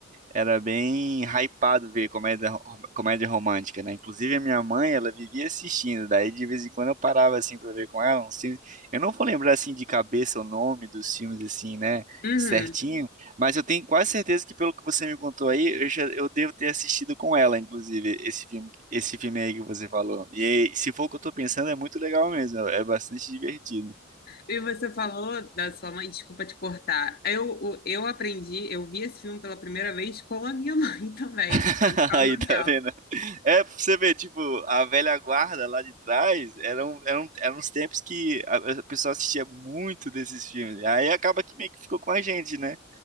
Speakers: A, on the right; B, on the left.
A: era bem hypado ver comédia, ro- comédia romântica, né? Inclusive a minha mãe, ela vivia assistindo, daí de vez em quando eu parava assim pra ver com ela uns filmes. Eu não vou lembrar assim de cabeça o nome dos filmes assim, né,
B: Uhum.
A: certinho, mas eu tenho quase certeza que pelo que você me contou aí, eu já, eu devo ter assistido com ela, inclusive, esse filme, esse filme aí que você falou. E aí, se for o que eu tô pensando, é muito legal mesmo, é é bastante divertido.
B: E você falou da sua mãe, desculpa te cortar. Eu, o- eu aprendi, eu vi esse filme pela primeira vez com a minha <laughs> mãe também,
A: <laughs>
B: foi por causa
A: Aí, tá
B: dela.
A: vendo? É, pra você ver, tipo, a velha guarda lá de trás, eram, eram, eram uns tempos que a a pessoa assistia muito desses filmes. Aí acaba que meio que ficou com a gente, né?